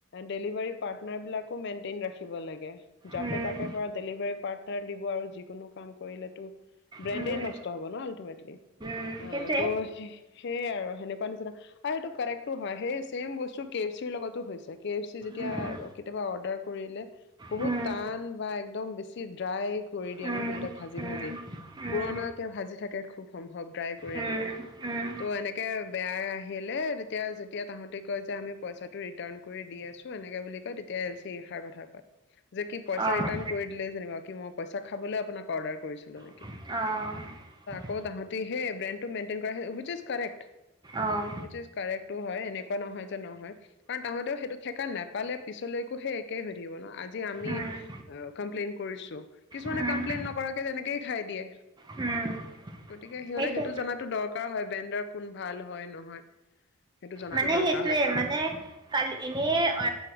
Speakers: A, on the left (about 50°); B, on the right (about 20°).
A: ডেলিভাৰী পাটনাৰ বিলাকে ‌মেনটেন ৰাখিব লাগে। যাকে
B: উম উম
A: তাকে পৰা ডেলিভাৰী পাটনাৰ দিব আৰু যিকোনো কাম কৰিলেটো‌ ব্ৰেনদেই
B: উম
A: নস্ত হ'ব ন আল্টিমেটলি।
B: উম
A: অ
B: সেইটোৱে
A: ত। সেয়াই আৰু সেনেকুৱা। কোৱাটো নিচিনা সেইটো কাৰেক্টটো হয়। সেই চছেম বস্তু কে এফ চিৰ লগতো হৈছে। কে এফ চি যেতিয়া
B: উম
A: কেতিয়াবা অৰ্ডাৰ। কৰিলে বহুত
B: উম
A: টান বা একদম বেছি ড্ৰাই কৰি দিয়ে
B: উম
A: ন সিহঁতে ভাঁজি
B: উম
A: ভাঁজি।
B: উম
A: পুৰণাকে ভাঁজি থাকে খুব সম্ভৱ ড্ৰাই কৰি
B: উম
A: দিয়ে।
B: উম
A: টো এনেকে বেয়া আহিলে তেতিয়া তাহাতি কয় যে আমি পইচাটো ৰিটাৰ্ণ কৰি দি আছো এনেকে বুলি কয়। তেতিয়া এল চি এ এইষাৰ কথা কয়। যে কি পইচা
B: অ'
A: ৰিটাৰ্ণ কৰি দিলে যেনিবাক কি মই পইচা খাবলৈ আপোনাক অৰ্ডাৰ কৰিছিলো নেকি
B: আহঁ।
A: ক'ত হ তাতে সেই ব্ৰেণ্টো মেইনটেইন কৰা ভূ কৰেক্ট।
B: অ'
A: উই ইজ কৰেক্ট হয় এনেকুৱা নহয় যে নহয় কাৰণ তাহতেও সেইটো থেকা নাপালে পিছলৈকো সেই একেই হয় থাকিব ন আজি। আমি
B: উম
A: কপ্লেই কৰিছো কিছুমানে
B: উম
A: কপ্লেই নকৰাকে যেনেকে তেনেকেই খাই দিয়ে।
B: উম
A: গতিকে সিহঁতে
B: সেইটোৱে
A: সেইটো জনাাতো দৰকাৰ হয়। ব্ৰেণ্ডৰ কোন ভাল হয় নহয়। সেইটো জনাতো
B: মানে
A: দৰকাৰ
B: সেইটোয়ে
A: হয়
B: মানে কাল এনে অ